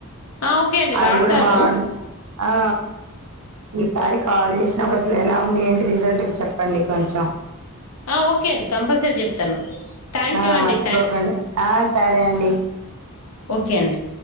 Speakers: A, on the left; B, on the right.
A: ఆ ఓకే అండి
B: అది
A: వాడతాను
B: కూడా వాడు ఆ ఈసారి కాల్ చేసినా ఒక అసలు ఎలా ఉంది ఏంటి రిజల్ట్ చెప్పండి కొంచెం
A: ఆ ఓకే అండి కంపల్సరీ చెప్తాను థ్యాంక్
B: ఆ
A: యూ అండి
B: మర్చిపోకండి ఆ సరే అండి
A: ఒకే అండి